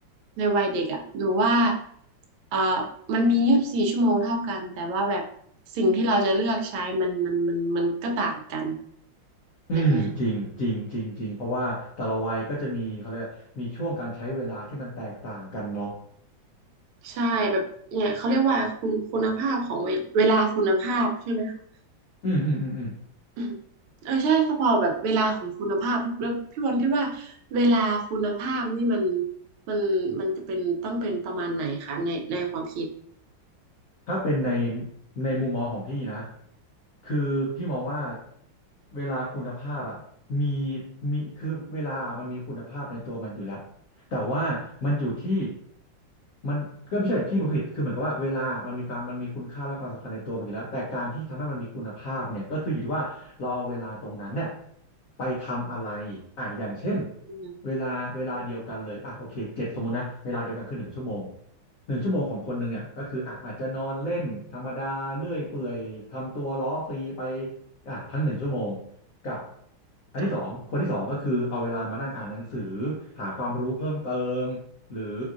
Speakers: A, on the right; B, on the left.
A: ในวัยเด็กอ่ะหนูว่าเอ่อมันมียี่สิบสี่ชั่วโมงเท่ากันแต่ว่าแบบสิ่งที่เราจะเลือกใช้มันมันมันมันก็ต่างกัน
B: อืมจริงจริงจริงจริงเพรางเพราะว่าแต่ละวัยก็จะมีเขาเรียกมีช่วงการใช้เวลาที่มันแตกต่างกันเนาะ
A: แบบเนี้ยใช่แบบเนี่ยเขาเรียกว่าคุณคุณภาพของเวเวลาคุณภาพใช่ไหมคะ
B: อืมอืมอืมอืม
A: อืมเออใช่ถ้าพอแบบเวลาของคุณภาพปุ๊บแล้วพี่บอลคิดว่าเวลาคุณภาพนี่มันมันมันจะเป็นต้องเป็นประมาณไหนคะในในความคิด
B: ถ้าเป็นในในมุมมองของพี่นะคือพี่มองว่าเวลาคุณภาพอะมีมีคือเวลามันมีคุณภาพในตัวมันอยู่แล้วแต่ว่ามันอยู่ที่มันก็ไม่ใช่พี่ผลิตคือเหมือนกับว่าเวลามันมีความมันมีคุณค่าและความสำคัญในตัวมันอยู่แล้วแต่การที่ทำให้มันมีคุณภาพเนี่ยก็คืออยู่ที่ว่าเราเอาเวลาตรงนั้นเนี่ยไปทำอะไรอ่ะอย่างเช่น
A: อืม
B: เวลาเวลาเดียวกันเลยอ่ะโอเคเจ็ดสมมตินะเวลาเดียวกันคือหนึ่งชั่วโมง หนึ่งชั่วโมงของคนหนึ่งเนี่ยก็คืออ่ะอาจจะนอนเล่นธรรมดาเลื่อยเปื่อยทำตัวล้อฟรีไปอ่ะทั้งหนึ่งชั่วโมงกับอันที่สองคนที่สองก็คือเอาเวลามานั่งอ่านหนังสือหาความรู้เพิ่มเติมหรือ
A: ค่ะ